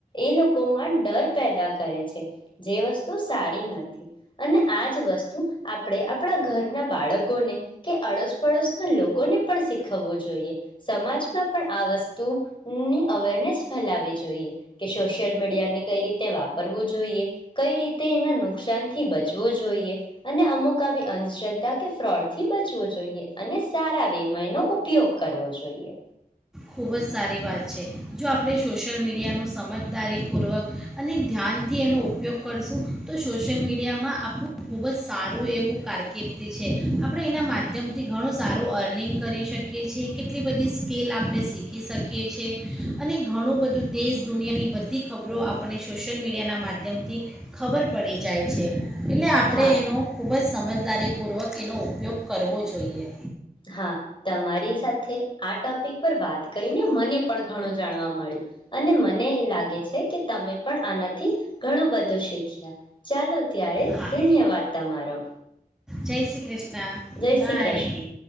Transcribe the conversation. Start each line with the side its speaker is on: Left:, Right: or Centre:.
Left: એ લોકોમાં ડર પેદા કરે છે જે વસ્તુ સારી નથી અને આજ વસ્તુ આપણે આપણા ઘરના બાળકોને. કે અડોશપડોશના લોકોને પણ શીખવવું જોઈએ સમાજમાં પણ આ વસ્તુની અવેરનેસ ફેલાવી જોઈએ કે સોશિયલ મીડિયાને કઈ રીતે વાપરવું જોઈએ કઈ રીતે એના નુકસાનથી બચવું જોઈએ અને અમુક આવી અંધશ્રદ્ધા કે ફ્રોડથી બચ. જોઈએ અને સારા વેમા એનો ઉપયોગ કરવો જોઈએ.
Centre: ખૂબ જ સારી વાત છે જો આપણે સોશિયલ મીડિયાનું સમજદારીપૂર્વક અને ધ્યાનથી એનો ઉપયોગ કરશું તો સોશિયલ મીડિયામાં આપણું ખૂબ જ સારું એવું કારકિર્દી છે આપણે એના માધ્યમથી ઘણું સારું અર્નિંગ કરી શકીએ છીએ કેટલી બધી સ્કીલ આપણે. શીખી શકીએ છીએ અને ઘણું બધું દેશ દુનિયાની બધી ખબરો આપણને સોશિયલ મીડિયાના માધ્યમથી ખબર પડી જાય છે. એટલે આપણે
Left: હા
Centre: એનો ખૂબ જ સમજ. દારીપૂર્વક એનો ઉપયોગ કરવો જોઈએ.
Left: હા તમારી સાથે આ ટોપિક પર વાત કરીને મને. પણ ઘણું જાણવા મળ્યું. અને મને. મને એ લાગે છે કે તમે. પણ આનાથી ઘણું બધું શીખ્યા. ચાલો ત્યારે
Centre: હા
Left: ધન્યવાદ તમારો.
Centre: જય શ્રી કૃષ્ણ.
Left: જય
Centre: બાય
Left: શ્રી કૃષ્ણ.